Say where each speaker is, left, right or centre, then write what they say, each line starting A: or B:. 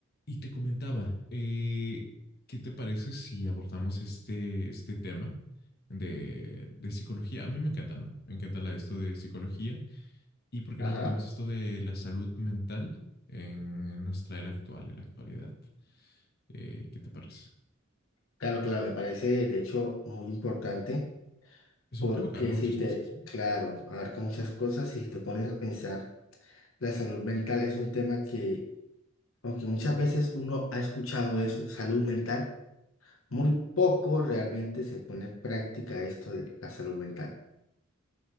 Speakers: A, on the left (about 50°); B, on the left (about 75°).
A: Y te comentaba, eh, ¿qué te parece si abordamos este, este tema de, de psicología? A mí me encanta, ¿no? Me encanta la- esto de psicología. ¿Y por qué
B: Ajá,
A: no abordamos esto de la salud mental en, en nuestra era actual, en la actualidad? Eh, ¿qué te parece?
B: claro, claro, me parece de hecho muy importante
A: Es
B: porque
A: un tema que abarca muchas
B: si te,
A: cosas, ¿eh?
B: claro, abarca muchas cosas y si te pones a pensar, la salud mental es un tema que, aunque muchas veces uno ha escuchado eso, salud mental, muy poco realmente se pone en práctica esto de la salud mental.